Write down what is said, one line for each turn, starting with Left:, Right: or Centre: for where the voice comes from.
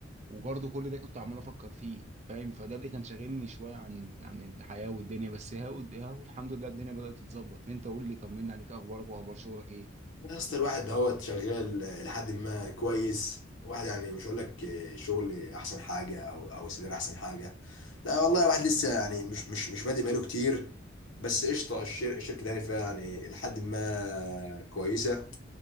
Right: وبرضه كل ده كنت عمال افكر فيه فاهم فده اللي كان شاغلني شويه عن عن الحياه والدنيا بس هاو هاو الحمد لله الدنيا بدات تتظبط انت قول لي طمنا عليك اخبارك واخبار شغلك ايه
Left: يا اسطى الواحد هو شغال لحد ما كويس واحد يعني مش هقول لك الشغل احسن حاجة او او السيدر احسن حاجة لا والله الواحد لسه يعني مش مش مش بادئ بقاله كتير بس قشطة الشر- الشركة دي يعني فيها يعني لحد ما كويسة